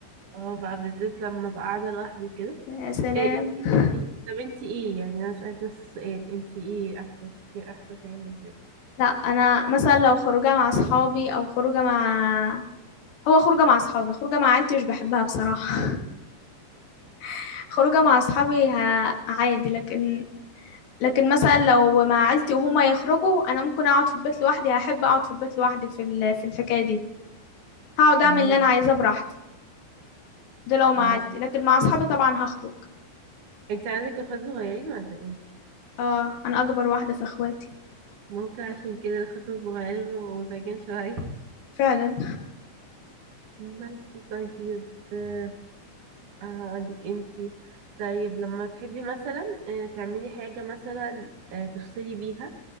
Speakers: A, on the right; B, on the left.
A: اه بقى بالذات لما ببقى قاعده لوحدي كده
B: يا سلام
A: إيه انتي
B: <laughs>
A: انت طب انتي ايه يعني انا اسالك نفس السؤال انتي ايه احسن ايه احسن حاجه بالنسبه لك
B: لا انا مثلا لو خروجه مع اصحابي او خروجه مع هو خروجه مع اصحابي خروجه مع عيلتي مش بحبها بصراحه <laughs> خروجه مع اصحابي ه... عادي لكن لكن مثلا لو مع عيلتي وهما يخرجوا انا ممكن اقعد في البيت لوحدي هحب اقعد في البيت لوحدي في ال... في الحكايه دي هقعد اعمل
A: أمم،
B: اللي انا عايزاه براحتي ده لو مع
A: اه
B: عيلتي لكن مع اصحابي طبعا هخرج
A: انت عندك اخوات صغيرين ولا ايه
B: اه انا اكبر واحده في اخواتي
A: ممكن عشان كده الاخوات الصغيرين بيبقوا مزعجين شويه
B: فعلا
A: بس طيب آه، هقولك انتي طيب لما تحبي مثلا آه، تعملي حاجة مثلا آه، تفصلي بيها